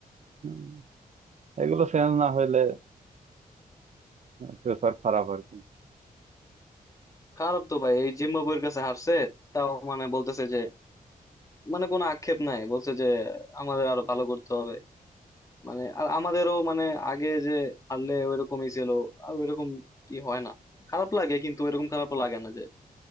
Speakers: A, on the right (about 50°); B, on the left (about 20°).
A: উম, এগুলো চেঞ্জ না হইলে ফিউচার খারাপ আর কি
B: খারাপ তো ভাই এই জিম্বাবুয়ের কাছে হারছে তাও মানে বলতেছে যে মানে কোনো আক্ষেপ নাই বলছে যে আমাদের আরো ভালো করতে হবে মানে আর আমাদেরও মানে আগে যে হারলে ওইরকমই ছিল আর ওইরকম কি হয় না খারাপ লাগে কিন্তু ওইরকম খারাপ লাগে না যে